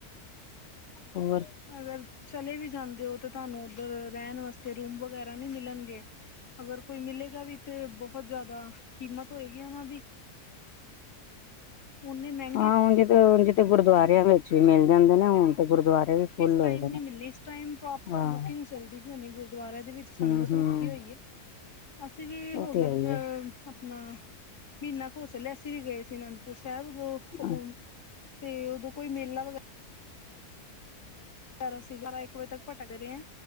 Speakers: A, on the left (about 65°); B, on the left (about 85°).
A: ਹੋਰ?
B: ਅਗਰ, ਚਲੇ ਵੀ ਜਾਂਦੇ ਓ ਤੇ ਤੁਹਾਨੂੰ ਉੱਧਰ ਰਹਿਣ ਵਾਸਤੇ ਰੂਮ ਵਗੈਰਾ ਨ੍ਹੀਂ ਮਿਲਣਗੇ। ਅਗਰ ਕੋਈ ਮਿਲੇਗਾ ਵੀ ਤੇ ਬਹੁਤ ਜ਼ਿਆਦਾ ਕੀਮਤ ਹੋਏਗੀ ਉਹਨਾਂ ਦੀ। ਓਨੀਂ ਮਹਿ
A: ਹਾਂ ਹੁਣ ਜਿ, ਹੁਣ ਜਿਤੇ ਗੁਰਦੁਆਰਿਆਂ ਵਿੱਚ ਵੀ ਮਿਲ ਜਾਂਦੇ ਨਾ, ਹੁਣ ਤੇ ਗੁਰਦੁਆਰੇ ਵੀ ਫੁੱਲ
B: ਇਸ
A: ਹੋਏ
B: ਟਾਈਮ
A: ਦੇ ਨੇ।
B: ਨੀ ਮਿਲਣੀ, ਇਸ ਟਾਇਮ ਪ੍ਰੋਪਰ
A: ਹਾਂ।
B: ਬੁਕਿੰਗ ਚੱਲਦੀ ਪਈ ਹੋਣੀ, ਗੁਰਦੁਆਰਿਆਂ ਦੇ ਵਿੱਚ ਸੰਗਤ
A: ਹੂੰ ਹੂੰ
B: ਰੁਕੀ ਹੋਈ ਏ। ਅਸੀਂ ਵੀ ਹੋਗੇ
A: ਉਹ ਤੇ ਹੈ
B: ਅ
A: ਹੀ
B: ਅਪਨਾ, ਮਹੀਨਾ ਕੁ ਹੋ ਚੱਲਿਆ, ਅਸੀਂ ਵੀ ਗਏ ਸੀ ਅਨੰਦਪੁਰ ਸਾਹਿਬ। ਵੋ
A: ਹੈ
B: ਤੇ ਉਦੋਂ ਕੋਈ ਮੇਲਾ ਵਗੇ ਪਰ ਅਸੀਂ ਗਿਆਰਾਂ ਇੱਕ ਵਜੇ ਤੱਕ ਭਟਕ ਰਹੇ ਆ